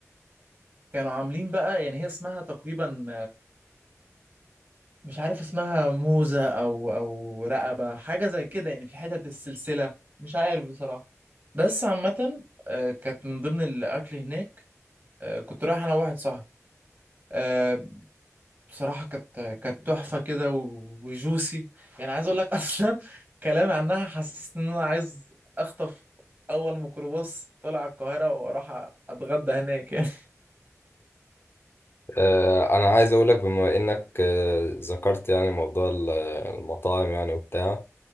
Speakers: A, on the right (about 40°); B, on the left (about 45°).
A: كانوا عاملين بقى يعني هي اسمها تقريبا مش عارف اسمها موزة او او رقبة حاجة زي كده يعني في حتت السلسلة مش عارف بصراحة بس عامة آه، كانت من ضمن الاكل هناك آه، كنت رايح انا وواحد صاحبي آه، بصراحة كانت كانت تحفة كده و- وجوسي يعني عايز اقول لك <laughs> اصلا كلامي عنها حسست ان انا عايز اخطف اول ميكروباص طلع القاهرة واروح اتغدى هناك يعني
B: آه، انا عايز اقول لك بما انك آه، ذكرت يعني موضوع ال- المطاعم يعني وبتاع